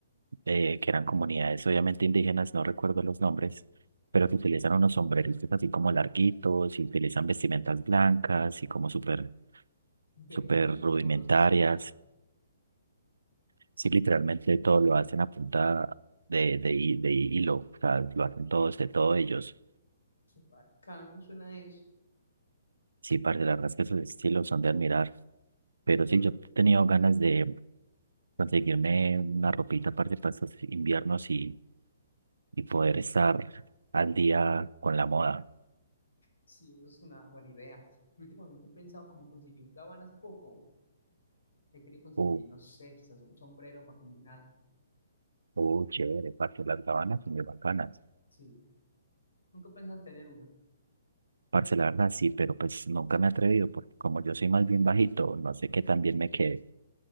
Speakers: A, on the right; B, on the left.
A: eh, que eran comunidades obviamente indígenas, no recuerdo los nombres, pero que utilizan unos sombreritos así como larguitos y utilizan vestimentas blancas y como súper,
B: Ve,
A: súper
B: eso
A: rudimentarias.
B: yo no lo sabía.
A: Sí, literalmente todo lo hacen a punta de, de, hi- de hilo, o sea, lo hacen todos de todo ellos.
B: Qué bacano suena eso.
A: Sí, parce, la verdad es que esos estilos son de admirar. Pero
B: La
A: sí,
B: verdad
A: yo he
B: es que
A: tenido
B: sí.
A: ganas de conseguirme una ropita, parce, para estos inviernos y, y poder estar al día con la moda.
B: Sí, eso es una buena idea. Yo Últimamente he pensado como conseguir un gabán hace poco. He querido conseguir,
A: Uh,
B: no sé, quizás un sombrero para combinar.
A: uh, chévere, parce, las gabanas son muy bacanas.
B: Sí. Nunca pensan tener una.
A: Parce, la verdad sí, pero pues nunca me he atrevido, porque como yo soy más bien bajito, no sé qué tan bien me quede.